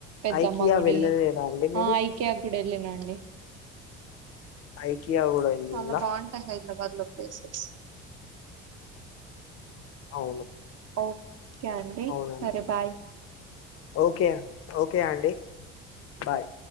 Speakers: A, on the right; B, on the left.
A: పెద్దమ్మ
B: ఐకియా
A: గుడి
B: వెళ్ళలేదా అండి మీరు
A: ఆ ఐక్య గుడి వెళ్ళిన అండి
B: ఐకియా కూడా వెళ్ళిల్లా
A: చాలా బాగుంటాయి హైదరాబాద్ లో పేసెస్
B: అవును
A: ఓకే అండి
B: అవునండి
A: సరే బాయ్
B: ఓకే ఓకే అండి బాయ్